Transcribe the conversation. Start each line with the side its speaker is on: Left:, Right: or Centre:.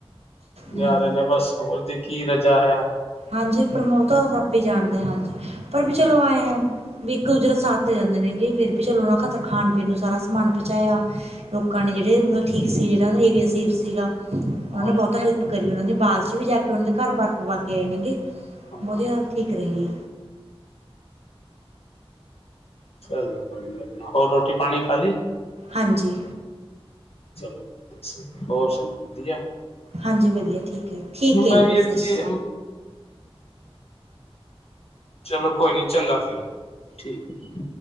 Left: ਨਿਆਰੇ
Right: ਹਮ
Left: ਨੇ ਬਸ ਉਸਦੀ ਕੀ ਰਜਾ ਐ।
Right: ਹਾਂਜੀ ਪ੍ਰਮੋ ਤਾਂ ਰੱਬ ਈ ਜਾਣਦੇ ਹਾਂਜੀ ਪਰ ਵੀ ਚਲੋ ਐ ਏ। ਵੀ ਇੱਕ ਦੂਜੇ ਦਾ ਸਾਥ ਦੇ ਦਿੰਦੇ ਨੇਗੇ ਫੇਰ ਵੀ ਚਲੋ ਉਹ ਨੂੰ ਖਾਤਰ ਖਾਣ ਪੀਣ ਨੂੰ ਸਾਰਾ ਸਮਾਨ ਪਹੁੰਚਾਇਆ ਲੋਕਾਂ ਨੇ ਜਿਹੜੇ ਮਤਲਬ ਠੀਕ ਸੀ ਜਿਹੜਾ ਏਰੀਆ ਸੀਗਾ ਉਹਨਾਂ
Left: ਹਾਂ
Right: ਨੇ ਬਹੁਤਾ ਹੈਲਪ ਕਰੀ ਉਹਨਾਂ ਆਵਾਜ਼ ਚ ਵੀ ਜਾ ਕੇ ਉਹਨਾਂ ਦੇ ਘਰ ਬਾਰ ਪਵਾ ਕੇ ਆਏ ਨੇਗੇ
Left: ਹਾਂ
Right: ਬੋਤ ਜਿਆਦਾ ਫਿਕਰ ਐ ਜੀ।
Left: ਚੱਲੋ ਕੋਈ ਨੀ ਆਪਣਾ ਹੋਰ ਰੋਟੀ ਪਾਣੀ ਖਾਲੀ?
Right: ਹਾਂਜੀ,
Left: ਚਲੋ ਹੋਰ ਸੁਣਾਓ ਵਧੀਆ
Right: ਹਾਂਜੀ ਵਧੀਆ ਠੀਕ ਐ ਠੀਕ
Left: ਮੈਂ
Right: ਐ ਜੀ
Left: ਵੀ
Right: ਬਸ
Left: ਇੱਥੇ ਚਲੋ ਕੋਈ ਨੀ ਚੰਗਾ ਫਿਰ, ਠੀਕ ਆ